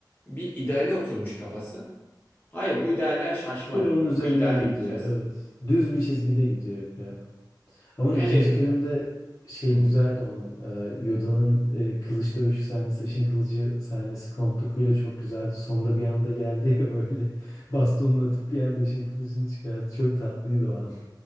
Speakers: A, on the left; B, on the left.
A: bir ideale oturmuş kafası. Hayır bu idealden şaşmayın.
B: <laughs> Full onun üzerinden
A: Bu idealde
B: gidiyor.
A: gideceğiz.
B: Evet. Düz bir çizgide gidiyor hep ya. Ama
A: Yani
B: ikinci filmde şey
A: hı,
B: güzeldi onun. Ee, Yoda'nın e, kılıç dövüşü sahnesi, ışın kılıcı sahnesi Count Dooku'yla çok güzeldi. Sonda bir anda geldi ya <laughs> böyle bastonunu atıp bir anda ışın kılıcını çıkardı. Çok tatlıydı o an.